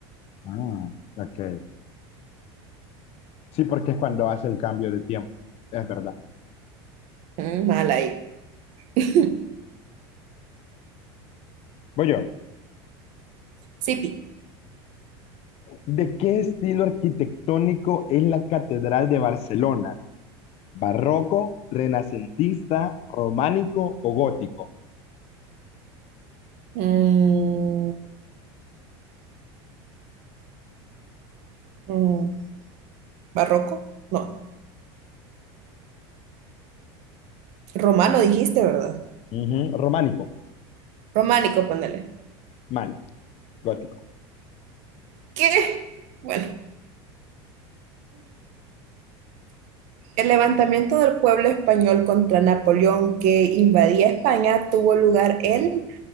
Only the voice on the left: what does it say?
Ah, ok. Sí, porque es cuando hace el cambio de tiempo. Es verdad.
Voy yo.
¿De qué estilo arquitectónico es la Catedral de Barcelona? ¿Barroco, renacentista, románico o gótico?
Ujú, Románico,
mal, gótico.